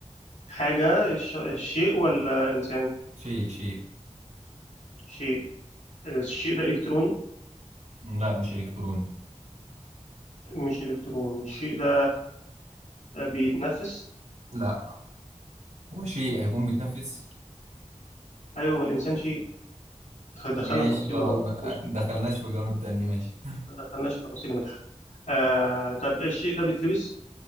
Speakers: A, on the left; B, on the right.
A: حاجة الش- الشيء ولا إنسان؟
B: شيء شيء
A: شيء آه، الشيء ده إلكتروني
B: لا مش إلكتروني
A: مش إلكتروني الشيء ده بيتنفس
B: لا هو شيء هيكون بتنفس
A: أيوه ما الإنسان شيء دخلنا
B: ماشي
A: في تفاصيل
B: خلاص
A: لغوية
B: ما
A: مش
B: آه،
A: كده
B: دخلناش في جوانب تانية ماشي
A: ما دخلناش في تفاصيل مدح آه طب الشيء ده بيتلبس